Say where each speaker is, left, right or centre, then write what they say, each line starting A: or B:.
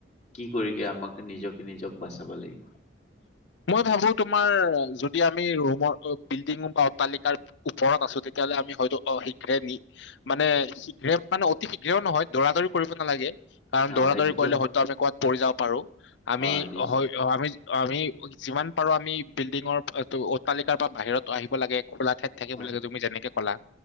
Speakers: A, on the left; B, on the left.
A: কি কৰিবি আমাক নিজকে নিজক বাচাবা লাগিব
B: মই ভাবোঁ তোমাৰ যদি আমি ৰুমৰ বিলডিংত বা অট্টালিকাৰ ওপৰত আছোঁ তেতিয়াহ'লে আমি হয়তো অ', শীঘ্ৰে নি মানে শীঘ্ৰে মানে অতি শীঘ্ৰেও নহয় দৌৰা দৌৰি কৰিব নালাগে। কাৰণ
A: অ
B: দৌৰা
A: সেইটোতো
B: দৌৰি কৰিলে হয়তো আমি ক'বাত পৰি যাব পাৰোঁ আমি
A: অ নিজ
B: অ', আমি আমি যিমান পাৰোঁ আমি বিল্ডিঙৰ অটালিকাৰ পৰা বাহিৰত আহিব লাগে খোলা থ থাকে
A: হয়
B: বোলে তুমি যেনেকে ক'লা